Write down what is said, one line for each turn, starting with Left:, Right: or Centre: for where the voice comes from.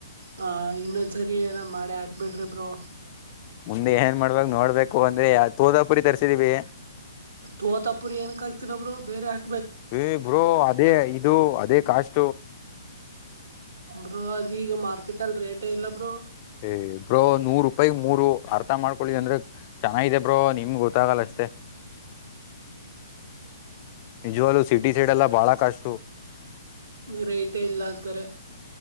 Right: ಹ ಇನ್ನೊಂದ್ಸರಿ ಏನ ಮಾಡಿ ಹಾಕ್ ಬಿಡ್ರಿಬ್ರರು
Left: ಮುಂದೆ ಏನ್ ಮಾಡ್ಬಕ್ ನೋಡ್ಬೇಕು ಅಂದ್ರೆ ಯ ತೋದಾಪುರಿ ತರ್ಸಿದೀವಿ
Right: ತೋತಾಪುರಿ ಏನ್ಕ್ ಆಗ್ತಿರಬ್ರು ಬೇರೆ ಹಾಕ್
Left: ಹ್ಮ ಬ್ರೋ ಅದೇ ಇದು ಅದೇ ಕಾಸ್
Right: ಬೋ ಅದ ಈಗ ಮಾರ್ಕೆಟ್ ಅಲ್ಲಿ ರೇಟ್ ಇಲ್ಲ ಬ್ರೂ
Left: ಇ ಬ್ರೋ ನೂರ್ ರೂಪಾಯ ಮೂರು ಅರ್ಥ ಮಾಡ್ಕೊಳ್ಳಿದ ಅಂದ್ರೆ ಚೆನ್ನಾಗಿದೆ ಬ್ರೋ ನಿಮ್ಗೆ ಗೊತ್ತಾಗಲ್ಲ ಅಷ್ಟ ಸಷ್ಟತೆ ನಿಜವಲುೂ ಸಿಟಿ ಸೈಡ್ ಎಲ್ಲ ಬಹಳ ಕಷ್ಟು
Right: ರೇಟೇ ಇಲ್ಲ ಅಂತಾರೆ